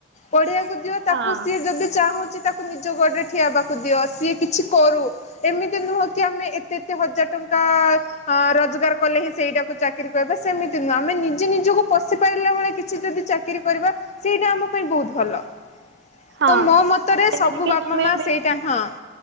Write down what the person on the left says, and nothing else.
ପଢେଇିବାକୁ ଦିିବ ତାକୁ
ସିଏ ଯଦି ଚାହୁଁଛି ତାକୁ ନିଜ ଗୋଡରେ ଠିଆବାକୁ ଦିଅ ସିଏ କିଛି କରୁ ଏମିତି ନୁହଁ କି ଆମେ ଏତେ ଏତେ ହଜାର ଟଙ୍କା ଅ ରୋଜଗାର କଲେ ହିଁ ସେଇଟାକୁ ଚାକିରି କିବେ ସେମିତି ନୁହଁ ଆମେ ନିଜେ ନିଜକୁ ପଶି ପାରିଲା ବଳେ କିଛି ଯଦି ଚାକିରରି କରିବା। ସେଇଟା ଆମ ପାଇଁ ବହୁତ ଭଲ
ତ ମୋ ମତରେ
ସବୁ
ବାପା
ମା
ସେଇଟା ହଁ